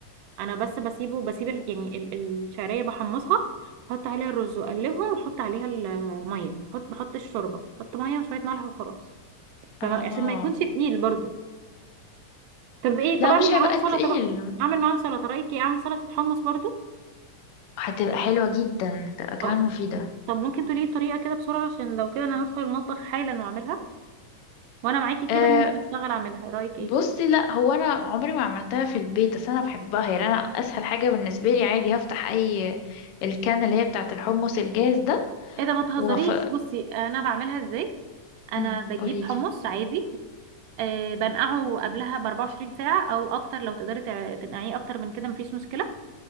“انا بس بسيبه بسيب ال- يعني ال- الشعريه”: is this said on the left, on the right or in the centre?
Right